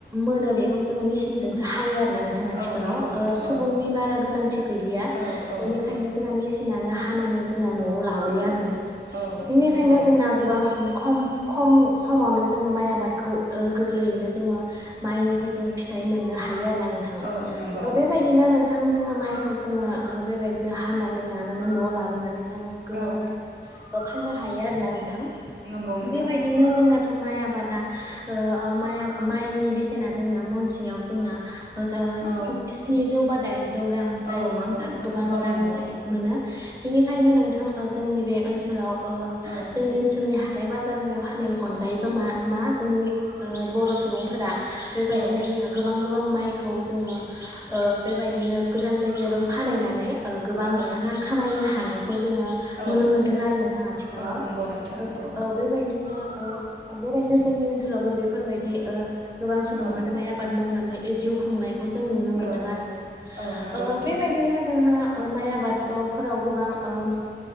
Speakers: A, on the right (about 20°); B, on the right (about 80°).
A: मोनो बेखौस जोङो मिसिनजोंसो हायो आरोना नोंथां आथिखालाव
B: औ नंगौ नोंथां
A: ओ सुबुंनि
B: औ
A: बारा गोनांथि गैलिया
B: औ औ
A: बेनिख खायनो जोङा मेसिनानो हानानै जोंना न'आव लाबोयो
B: औ
A: आरो नोंथां।
B: औ
A: बेनिखायनो
B: नंगौ
A: जोंना गोबां खम खम समावनो जोङो माइ आ बादखौ ओ गोरलैयैनो जोङो माइनिफ्राय जों फिथाइ मोननो हायो आ ना नोंथां
B: औ नंगौ
A: ओ बेबायदिनो नोंथां जोङो माइखौ जोङो ओ बेबाय नो हानानै नानानै न'आव लाबोनानै जों गोबां
B: औ
A: रां ओ फाननो हायो आरोना नोंथां
B: नंगौ नोंथां
A: बेबायदिनो जोंनाथ' माइ आबादा ओ माइ आ माइनि बेसेना जोंना मनसेयाव जोंना ओ जा
B: औ
A: स्नि-स्निजौ बा दाइनज जौ रां जायो
B: औ
A: नङा
B: नंगौ
A: होमबा
B: नोंथां
A: गोबां
B: औ
A: रां
B: नंगौ
A: जायो मोनो बेनिखायनो नोंथां ओ जोंनि बे ओनसोलाव ओ
B: औ
A: जोंनि ओनसोलनि हा थाइ बाजारनियाव हानायनि अनगायैबो मा-मा जोंनि ओ बर' सुबुंफोरा बेबायदिनो
B: औ
A: जोंहा गोबां गोबां माइखौ जोङो ओ बेबायदिनो गोजान जायगायावाजों फानहैनानै ओ गोबां
B: औ
A: रां खामायो हानाय औ जोङो
B: औ
A: नुनो मोनदों आरो नोंथां आथिखालाव
B: औ नंगौ नोंथां
A: ओ
B: नंगौ
A: बे औ बेबाय दिनो ओज बेबायदिनो जोंनि ओनसोलावबो बेफोरबायदि ओ गोबां सुबुङानो
B: औ
A: माइ आबाद मावना नै जिउ खुंनाय जों नुनो मोनदों
B: औ
A: आरो नोंथां
B: औ नंगौ
A: ओ
B: नोंथां
A: बेबायदिनो जोंहा ओ माइ आबाद मावफोराव गोबां ओम